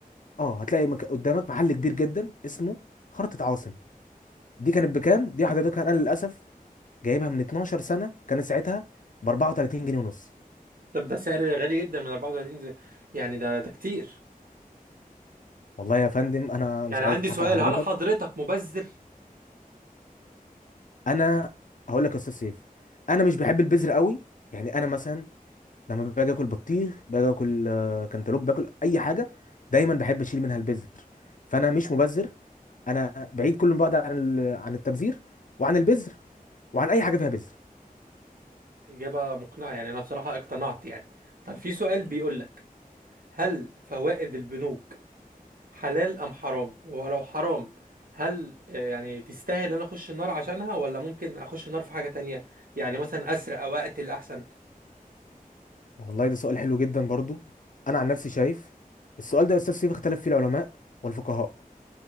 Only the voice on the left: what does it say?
اه هتلاقي مك... قدامك محل كبير جدا اسمه خرطة عاصم دي كانت بكام دي حضرتك انا للاسف جايبها من 12 سنه كانت ساعتها ب 34 جنيه ونص
والله يا فندم
انا
مش عايز
اضحك
على حضرتك
انا هقول لك يا استاذ سيف انا مش بحب البذر قوي يعني انا مثلا لما باجي اكل بطيخ باجي اكل آه، كانتالوب باكل اي حاجه دايما بحب اشيل منها البذر فانا مش مبذر انا بعيد كل بعد عن ال- عن التبذير وعن البذر وعن اي حاجه فيها بذر
والله ده سؤال حلو جدا برضو انا عن نفسي شايف السؤال ده يا استاذ سيف اختلف فيه العلماء والفقهاء